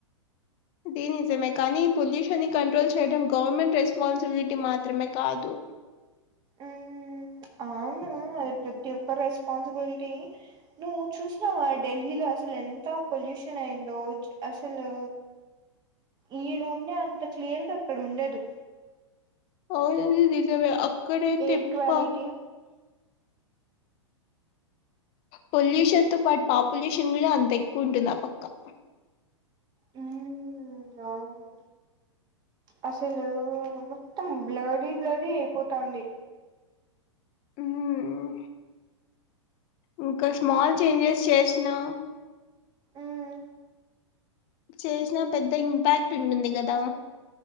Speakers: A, on the left (about 35°); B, on the right (about 25°).
A: ది నిజమే కానీ పొల్యూషన్ ని కంట్రోల్ చేయడం గవర్నమెంట్ రెస్పాన్సిబిలిటీ మాత్రమే కాదు
B: ఉమ్ అవును అది ప్రతి ఒక్క రెస్పాన్సిబిలిటీ నువ్వు చూసినావా ఢెల్లి లో అసలు ఎంత పొల్యూషన్ అయిందో అసలు ఈడ ఉండే అంత క్లియర్ గా అక్కడ ఉండదు
A: అవును అది నిజమే అక్కడైతె
B: ఎయిర్
A: ఇప్ప
B: క్వాలిటీ
A: పొల్యూషన్ తో పాటు పాపులేషన్ కూడా అంత ఎక్కువ ఉంటుంది ఆ పక్క
B: ఉమ్ అవును అసలు మొత్తం బ్లరీ బ్లరీ అయిపోతంది
A: ఉమ్, ఇంకా స్మాల్ చేంజెస్ చేసినా
B: ఉమ్
A: చేసినా పెద్ద ఇంపాక్ట్ ఉంటుంది కదా